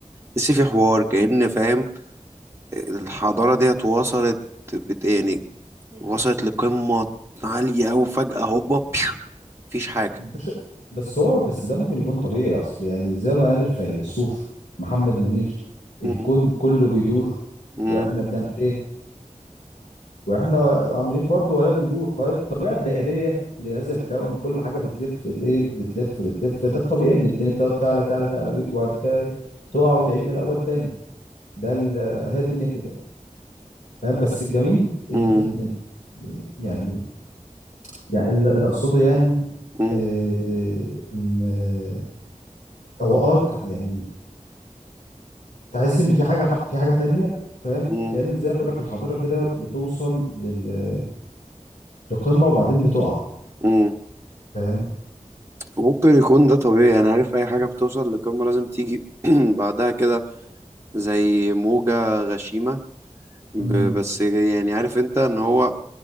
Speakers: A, on the right; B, on the left.
A: تحس في حوار كأن فاهم الحضارة ديت وصلت بت يعني وصلت لقمة عالية أوي فجأة هوبا بيو، مفيش حاجة
B: باشا بس هو بس ده ممكن يكون طبيعي اصل يعني زي ما قال الفيلسوف محمد منير الكون
A: مم،
B: كله بيدور
A: مم،
B: واحنا بنعمل ايه واحنا عاملين برضو وهي بندور فالطبيعه الدائريه لهذا الكون كل حاجه بتلف ليه بتلف بتلف ده الطبيعي ان الدنيا تقعد تعلى تعلى تعلى بيك وبعد كده إيه، تقع وتعيد من الاول تاني ده ال- هي الدنيا كده فاهم بس الجميل ان
A: مم،
B: ان إن- يعني يعني اللي اللي اقصده يعني
A: مم،
B: آه، ان آه، هو اه تع- يعني تحس ان في حاجه في حاجه تانية فاهم
A: مم،
B: كان زي ما بقول لك الحضاره كده بتوصل لل- لقمه وبعدين بتقع
A: مم.
B: فاهم
A: وممكن يكون ده طبيعي أنا عارف أي حاجة بتوصل لقمة لازم تيجي <clears throat> بعدها كده زي موجة غشيمة ب-
B: مم.
A: بس يعني عارف أنت إن هو